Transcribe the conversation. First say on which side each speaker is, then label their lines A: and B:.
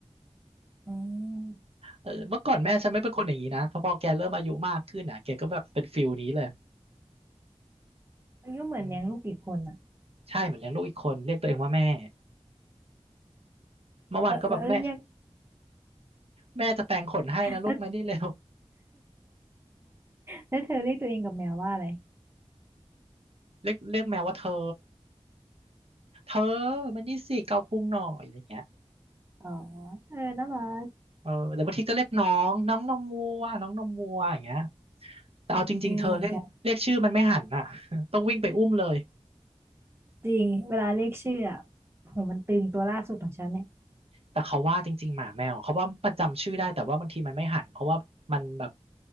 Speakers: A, on the right; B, on the right.
A: อืม
B: เออเมื่อก่อนแม่ฉันไม่เป็นคนอย่างนี้นะพอพอแกเริ่มอายุมากขึ้นอ่ะแกก็แบบเป็นฟิลนี้เลย
A: มันก็เหมือนเลี้ยงลูกอีกคนอ่ะ
B: อืมใช่เหมือนเลี้ยงลูกอีกคนเรียกตัวเองว่าแม่เมื่อวานก็แบบแม่
A: เออแล้วเรียก
B: แม่จะแปรงขนให้นะลูกมานี่เร็ว
A: <laughs> แล้วแล้วเธอเรียกตัวเองกับแมวว่าอะไร
B: เรียกเรียกแมวว่าเธอเธอมันนี่สิเกาพุงหน่อยอะไรเงี้ย
A: อ๋อเออน่ารัก
B: เออหรือบางทีก็เรียกน้องน้องนมวัวน้องนมวัวอย่างเงี้ยแต่เอาจริงๆเธอเรียกเรียกชื่อมันไม่หันอ่ะ
A: เออเหมือนกัน
B: <laughs> ต้องวิ่งไปอุ้มเลย
A: จริงเวลาเรียกชื่ออ่ะโหมันตึงตัวล่าสุดของฉันเนี่ย
B: แต่เขาว่าจริงๆหมาแมวเขาว่ามันจำชื่อได้แต่ว่าบางทีมันไม่หันเพราะว่ามันแบบ